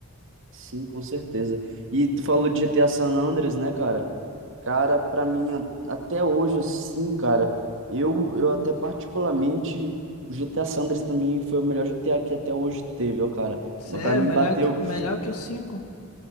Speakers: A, on the right; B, on the left.
A: Sim, com certeza. E tu falou de GTA San Andreas, né, cara? Cara, pra mim, a- até hoje, assim, cara, eu, eu até particularmente, o GTA San Andreas pra mim foi o melhor GTA que até hoje teve, ó, cara.
B: Sério,
A: Pra mim
B: melhor
A: bateu,
B: que, melhor que o cinco